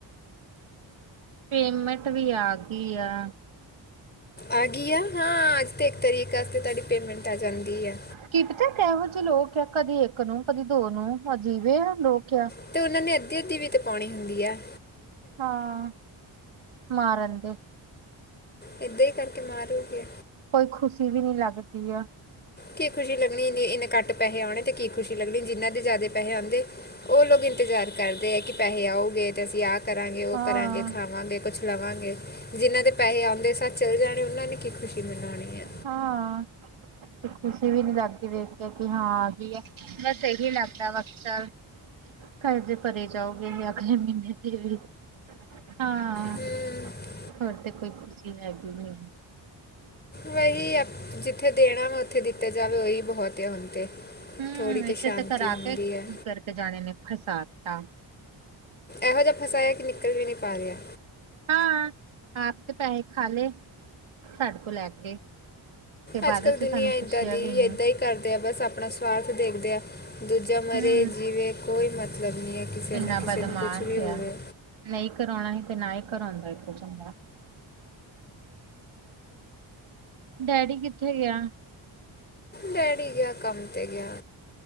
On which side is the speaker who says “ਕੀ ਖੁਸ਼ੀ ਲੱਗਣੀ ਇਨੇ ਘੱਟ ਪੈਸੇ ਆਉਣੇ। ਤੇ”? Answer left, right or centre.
Left